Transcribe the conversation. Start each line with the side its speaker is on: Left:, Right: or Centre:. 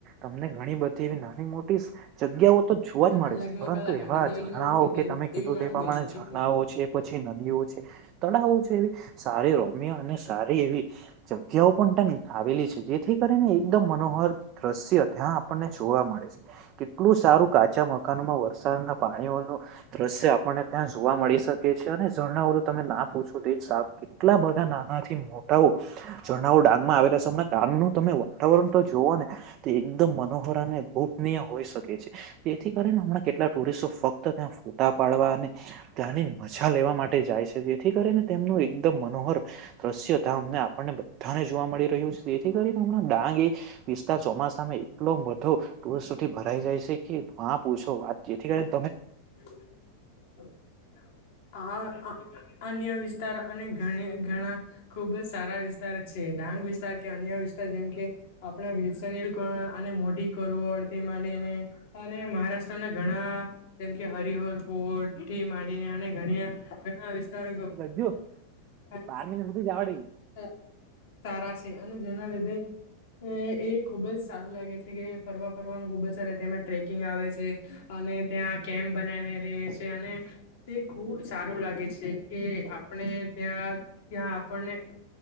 Right: તમને ઘણી બધી એવી નાની મોટી જગ્યાઓ તો જોવા
Left: આખાન
Right: જ મળે
Left: લગીમાં
Right: છે પરંતુ
Left: કલાક
Right: એવા
Left: બીજી આઈડીમાં
Right: ઝરણાઓ
Left: બી છે
Right: કે તમે
Left: તેવી
Right: કીધું
Left: માગું
Right: તે પ્રમાણે
Left: કે ઓટીપી
Right: ઝરણાઓ છે, પછી નદીઓ છે. તળાવો છે, એવી સારી રોમય અને સારી એવી જગ્યાઓ પણ ટન આવેલી છે, જેથી કરીને એકદમ મનોહર દ્રશ્ય ત્યાં આપણને જોવા મળે છે. કેટલું સારું કાચા મકાનોમાં વરસાદના પાણીઓનું દ્રશ્ય આપણને ત્યાં જોવા મળી શકે છે અને ઝરણાઓ તમે ના પૂછો તે જ સારું કેટલા બધા નાનાથી મોટા ઝરણાઓ ડાંગમાં આવેલા છે અમના ડાંગ નું તમે વાતાવરણતો જોઓને તો એકદમ મનોહર અને ને ગોપનીય હોઈ શકે છે જેથી કરીને હમણાં કેટલા ટુરિસ્ટો ફ ક્ત ત્યાં ફોટા પાડવા અને ત્યાંની મજા લેવા માટે જાય છે તે થી કરીને તેમનું એકદમ મનોહર દ્રશ્ય ત્યાં અમને આપણને બધાને જોવા મળી રહ્યું છે જેથી કરીને હમણાં ડાંગ એ વધતા ચોમાસામાં એટલો બધો ટૂરિસ્ટોથી ભરાઈ જાય છે કે મા પૂછો વાત જેથી કરી
Left: <unintelligible> આ અ અન્ય વિસ્તાર અને ઘણી ઘણા ખુબ જ સારા વિસ્તાર છે ડાંગ વિસ્તાર કે અન્ય વિસ્તાર જેમ કે આપણા વિન્સન હિલ <unintelligible> મોટી કરોડ તેમાંનેને અને મહારાષ્ટ્ર સ્ટ્ર ના ઘણા જેમ કે હરિહર કોડ થી માંડીને ઘણી ઘણા વિસ્તાર
Right: છો ગજુ
Left: <unintelligible>
Right: બાર મિનિટ સુધી જ આવડે
Left: સારા છે એ અને જેના લીધે એ એ ખુબ જ સારું લાગે છે કે ફરવા ફરવાનું ખુબ જ સાર તેમાં ટ્રેકિંગ આવે છે અને ત્યાં કેમ્પ બનાવે રેહ છે અને તે ખુબ સારું લાગે છે કે આપણે ત્યાં ત્યાં આપણને